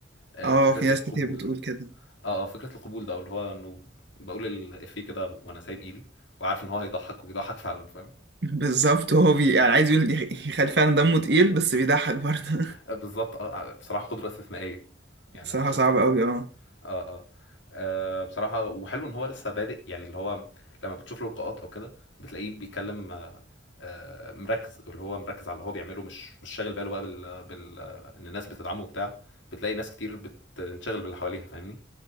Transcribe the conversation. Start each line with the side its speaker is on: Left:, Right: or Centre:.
Left: آه،
Right: اه
Left: فكره
Right: في ناس
Left: القبول
Right: كتير بتقول
Left: ده
Right: كده
Left: اه اه فكرة القبول ده اللي هو انه بقول الإفيه كده وانا سايب ايدي وعارف ان هو هيضحك وبيضحك فعلا فاهم
Right: بالظبط وهو بي يعني عايز يقول يخ- يخلي فعلا دمه تقيل بس بيضحك برضه
Left: آه، بالظبط اه آه، بصراحة قدرة استثنائية
Right: <laughs>
Left: يعني
Right: صراحة
Left: انا بشوف
Right: صعب أوي اه
Left: اه اه آه، بصراحة وحلو ان هو لسه بادئ يعني اللي هو لما بتشوف له لقاءات او كده بتلاقيه بيتكلم آه، آه، مركز اللي هو مركز على اللي هو بيعمله مش مش شاغل باله بقى بال, بال... آه، ان الناس بتدعمه وبتاع بتلاقي ناس كتير بتنشغل باللي حواليها فاهمني